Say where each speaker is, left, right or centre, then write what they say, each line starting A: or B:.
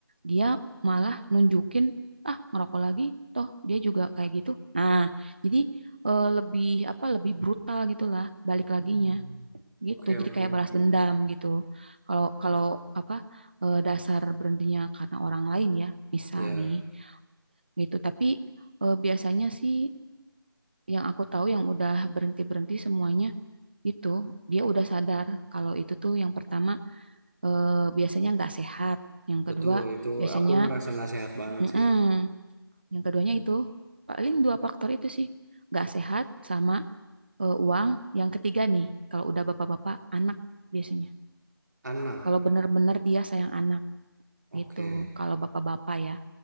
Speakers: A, on the right; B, on the right.
A: dia malah nunjukin, ah ngerokok lagi, toh dia juga kayak gitu. Nah, jadi eh, lebih apa lebih brutal gitulah balik laginya
B: Hmm,
A: gitu.
B: Oke
A: Jadi
B: oke
A: kayak
B: oke
A: balas dendam
B: oke.
A: gitu. Kalau kalau apa eh, dasar berhentinya karena orang lain ya, misal
B: Ya.
A: nih gitu. Tapi eh, biasanya sih yang aku tahu yang udah berhenti-berhenti semuanya itu dia udah sadar kalau itu tuh yang pertama eh, biasanya nggak sehat, yang kedua
B: Betul, itu
A: biasanya
B: aku ngerasa nggak sehat banget
A: mm-mm.
B: sih.
A: yang keduanya itu paling dua faktor itu sih nggak sehat sama eh, uang. Yang ketiga nih kalau udah bapak-bapak anak biasanya.
B: Anak,
A: Kalau bener-bener dia sayang anak
B: oke,
A: gitu. Kalau bapak-bapak ya,